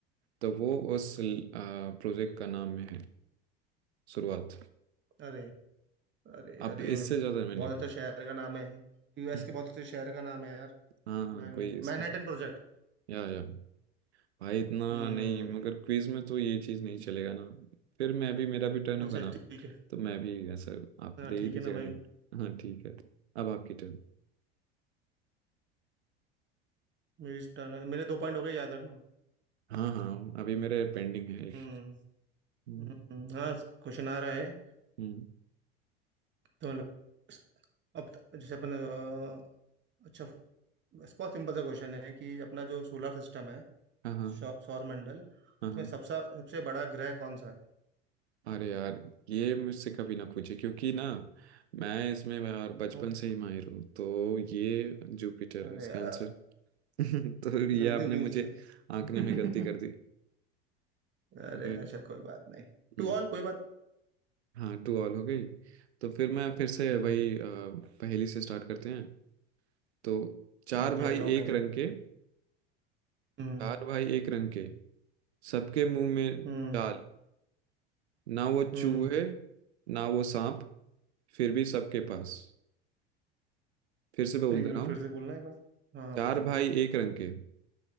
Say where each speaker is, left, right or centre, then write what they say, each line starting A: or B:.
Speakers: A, on the right; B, on the right.
A: तो वो उस प्रोजेक्ट का नाम में है शुरुआत
B: अरे अरे
A: अब
B: अरे
A: इससे ज़्यादा मैं नहीं
B: बहुत
A: पूछ
B: अच्छा शहर का नाम है यूएस
A: <laughs>
B: के बहुत अच्छे शहर का नाम है यार
A: हाँ हाँ
B: मैन
A: कोई इसके
B: Manhattan
A: साथ-
B: project
A: या या भाई इतना
B: हम्म
A: नहीं मगर क्विज में तो ये चीज नहीं चलेगा ना फिर मैं भी मेरा भी टर्न होगा
B: अच्छा
A: ना
B: ठीक है
A: तो मैं भी ऐसा आप
B: हाँ
A: दे ही
B: ठीक
A: दीजिएगा
B: है ना भाई
A: हिंट हाँ ठीक है अब आपकी टर्न
B: मेरी टर्न है मेरे दो पॉइंट हो गए याद रखना
A: हाँ हाँ अभी मेरे पेंडिंग है
B: हम्म
A: एक हम्म
B: हम्म, हाँ क्वेश्चन आ रहा है
A: हम्म,
B: तो मतलब अब त- जैसे अपन अ, अच्छा बहुत सिंपल सा क्वेश्चन है कि अपना जो सोलर सिस्टम है
A: हाँ हाँ
B: सौ- सौर मंडल उसमें
A: हाँ हाँ
B: सबसे सबसे बड़ा ग्रह कौन सा है
A: अरे यार ये मुझसे कभी ना पूछे क्योंकि ना मैं इसमें यार बचपन
B: क्यों
A: से ही माहिर हूँ तो ये जुपिटर
B: अरे
A: है इसका
B: यार
A: आंसर <laughs> तो ये
B: गलती
A: आपने
B: हो गई
A: मुझे
B: मुझसे
A: आंकने
B: <laughs>
A: में गलती कर दी
B: अरे
A: अबे,
B: यार चल कोई बात नहीं टू
A: हम्म
B: ऑल कोई बात
A: हाँ टू ऑल हो गई तो फिर मैं फिर से
B: हम्म
A: वही अ, पहेली से स्टार्ट करते हैं तो चार
B: ओके
A: भाई
B: आ जाओ
A: एक
B: पहले
A: रंग
B: पे
A: के
B: हम्म
A: चार भाई एक रंग के सबके मुंह में
B: हम्म
A: जाल ना वो चूहे
B: हम्म
A: ना वो सांप फिर भी सबके पास फिर से बोल
B: एक
A: दे
B: मिनट
A: रहा हूँ
B: फिर से बोलना एक बार हाँ हाँ,
A: चार
B: फिर से बोलो
A: भाई एक रंग के